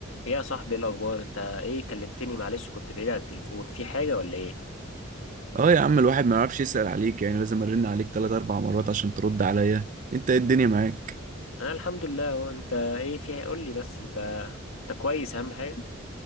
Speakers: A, on the left; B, on the right.
A: ايه يا صاحبي ايه الاخبار انت ايه كلمتني معلش كنت بعيد على التليفون في حاجه ولا ايه
B: اه يا عم الواحد ما يعرفش يسأل عليك يعني لازم ارن عليك تلات اربع مرات عشان ترد عليا انت ايه الدنيا معاك
A: انا الحمد لله هو انت ايه في قول لي بس انت انت كويس اهم حاجه